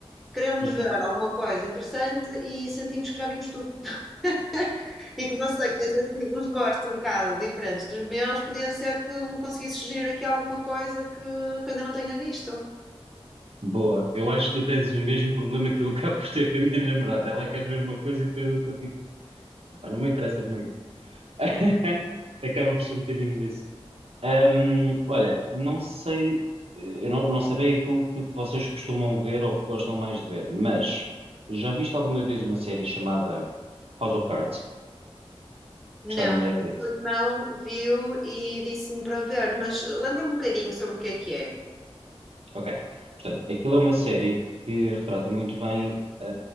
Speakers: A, in the centre; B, on the right.
A: queremos
B: Uhum.
A: ver alguma coisa interessante e sentimos que já vimos tudo. <laughs> E como eu sei que tens assim uns gostos um bocado diferentes dos meus, podia ser que me conseguisse sugerir aqui alguma coisa que, que ainda não tenha visto.
B: Boa. Eu acho que tu tens o mesmo problema que eu acabo por ter com a minha namorada. Ela quer ver uma coisa e depois eu estou tipo, "Epá, não me interessa muito. <laughs> Acaba por ser um bocadinho disso. Ahm, olha, não sei, eh, eu não, não sei bem aquilo que que vocês costumam ver ou que gostam mais de ver, mas já viste alguma vez uma série chamada House of Cards, que
A: Não,
B: está na Netflix?
A: o irmão viu e disse-me para ver, mas lembra-me um bocadinho sobre o que é que é.
B: Ok. Portanto, aquilo é uma série que retrata muito bem ah,